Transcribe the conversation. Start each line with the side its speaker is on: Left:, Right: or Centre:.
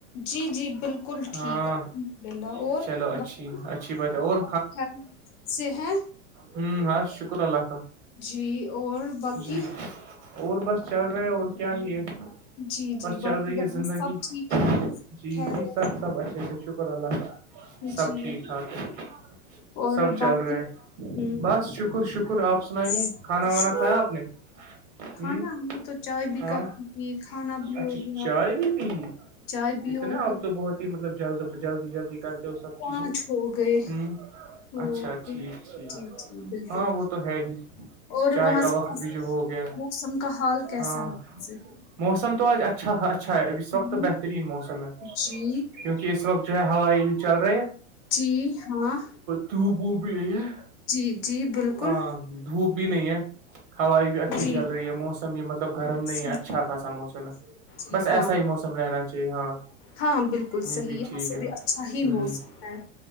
Left: جی جی بالکل بلکل
Right: ہاں
Left: ٹھیک الحمدلہ اور
Right: چلو اچھی
Left: بقی
Right: اچھی بات ہے اور
Left: آپ سے ہے
Right: ہمم بس شکر اللہ کا
Left: جی اور باقی
Right: جی اور بس چل رہے اور کیا ہی ہے
Left: جی جی
Right: بس چل
Left: باقی
Right: رہی
Left: گھر
Right: ہے
Left: میی
Right: زندگی
Left: سب ٹھیک ہے
Right: جی
Left: خیرو
Right: جی سب سب اچھے سے شکر اللہ کا سب
Left: جی
Right: ٹھیک ٹھاک ہے
Left: اور
Right: سب چل
Left: باقی
Right: رہے ہے
Left: ہوں
Right: بس شکر شکر آپ سنائیے
Left: شکر-
Right: کھانا وانا کھایا آپ نے ہ
Left: کھانا ہم نے تو چائے بھی
Right: ہاں
Left: کپ کی پی کھانا بھی
Right: اچھا
Left: ہو گیا
Right: چائے بھی پی لی
Left: چائے بھی
Right: اتنا
Left: ہو پھر
Right: آپ تو بہت ہی مطلب جلد جلدی جلدی کرتے ہو سب
Left: پانچ
Right: چیزیں
Left: ہو گئے
Right: ہمم
Left: ہ
Right: اچھا ٹھیک ٹھیک
Left: جی جی بالکل
Right: ہاں وہ تو ہے ہی
Left: اور
Right: چائے
Left: وہاں
Right: کا
Left: سے
Right: وقت
Left: کیسا
Right: بھی جو ہو گیا
Left: موسم کا حال کیسا
Right: ہاں
Left: ہے وہاں سے؟
Right: موسم تو آج اچھاا اچھا ہے اب اس وقت
Left: ہوں،
Right: بہترین موسم ہے
Left: جی
Right: کیونکہ اس وقت جو ہے ہوائی بھی چل رہی ہے
Left: جی ہاں
Right: دھوپ وو بھی یہی ہے
Left: جی جی بالکل
Right: ہاں دھوپ بھی نہیں ہے ہوائ بھی اچھی
Left: جی
Right: چل رہی ہے موسم بھی مطلب مطلب گرم
Left: جی
Right: نہیں ہے اچھا خاصا موسم ہے
Left: جی
Right: بس
Left: ہاں
Right: ایسا ہی موسم رہنا چاہیے ہاں
Left: ہاں بالکل
Right: یہ
Left: صحیح
Right: بھی
Left: یہاں
Right: ٹھیک
Left: سے
Right: ہے
Left: بھی اچھا ہی
Right: ہ
Left: موسم ہے